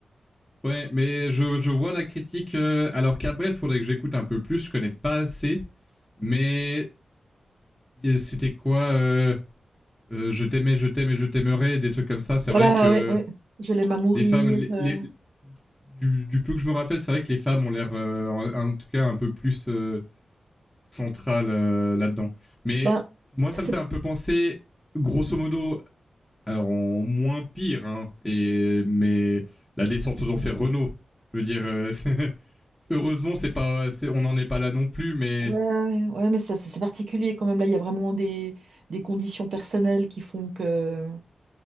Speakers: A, in the centre; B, on the right (about 75°).
A: Ouais, mais je, je vois la critique. euh, alors Cabrel, faudrait que j'écoute un peu plus. Je connais pas assez, mais c'était quoi euh, euh, Je t'aimais, je t'aimais, je t'aimerais, des trucs comme ça. C'est
B: Voilà,
A: vrai que
B: ouais, ouais. Je l'aime à mourir.
A: des femmes. Les,
B: euh,
A: les- du, du peu que je me rappelle, c'est vrai que les femmes ont l'air, euh, en, en tout cas, un peu plus euh, centrales euh, là-dedans. Mais
B: ben,
A: moi, ça
B: c'est
A: me fait un peu penser, grosso modo, alors en moins pire, hein, et, mais la descente aux enfers Renault. Je veux dire, euh, c'est- <laughs> heureusement, c'est pas, c'est- on n'en est pas là non plus, mais.
B: ouais, ouais, ouais, mais ça, c'est c'est particulier quand même. Là, il y a vraiment des, des conditions personnelles qui font que,